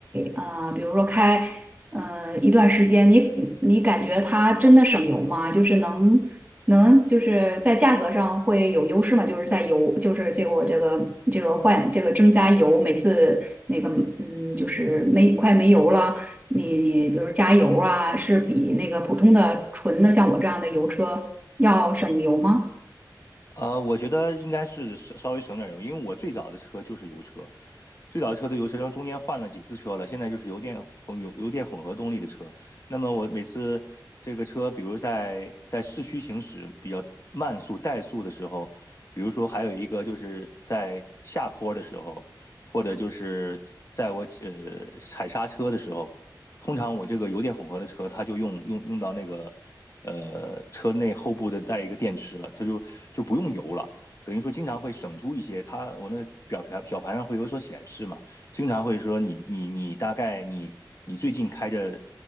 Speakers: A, on the right; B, on the left.
A: 呃，比如说开，呃，一段时间，你你感觉它真的省油吗？就是能能就是在价格上会有优势吗？就是在油，就是这个我这个这个换这个增加油，每次那个嗯，就是没快没油了。你比如加油啊，是比那个普通的纯的像我这样的油车要省油吗？
B: 呃，我觉得应该是稍稍微省点油，因为我最早的车就是油车，最早的车都油车，然后中间换了几次车了，现在就是油电呃油油电混合动力的车。那么我每次这个车，比如在在市区行驶比较慢速怠速的时候，比如说还有一个就是在下坡的时候，或者就是在我呃踩刹车的时候，通常我这个油电混合的车，它就用用用到那个。呃车内后部的带一个电池了，它就就不用油了。等于说经常会省出一些，它我那个表盘表盘上会有所显示嘛，经常会说你你你大概你你最近开着，